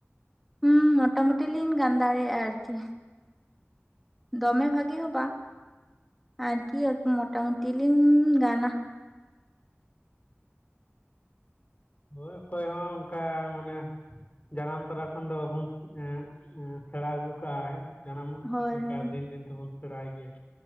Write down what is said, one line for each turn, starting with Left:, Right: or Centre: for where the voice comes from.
Centre: ᱦᱩᱸ ᱢᱚᱴᱟ ᱢᱩᱴᱤ ᱞᱤᱧ ᱜᱟᱱ ᱫᱟᱲᱮᱭᱟᱜᱼᱟ ᱟᱨᱠᱤ᱾ ᱫᱚᱢᱮ ᱵᱷᱟᱜᱤ ᱦᱚᱸ ᱵᱟ᱾ ᱟᱨᱠᱤ ᱤᱭᱟᱹ ᱢᱚᱴᱟ-ᱢᱩᱴᱤ ᱞᱤᱧ ᱜᱟᱱᱟ᱾
Left: ᱦᱳᱭ ᱚᱠᱚᱭ ᱦᱚᱸ ᱚᱱᱠᱟ ᱢᱟᱱᱮ ᱡᱟᱱᱟᱢ ᱛᱚᱨᱟ ᱠᱷᱚᱱ ᱫᱚ ᱵᱟᱵᱩᱱ ᱮᱸ ᱥᱮᱬᱟ ᱟᱹᱜᱩ ᱠᱟᱜᱼᱟ, ᱡᱟᱱᱟᱢ
Centre: ᱦᱳᱭ
Left: ᱚᱱᱠᱟ
Centre: ᱦᱳᱭ
Left: ᱫᱤᱱ ᱫᱤᱱ ᱛᱮᱵᱚᱱ ᱥᱮᱬᱟᱭ ᱜᱮᱭᱟ᱾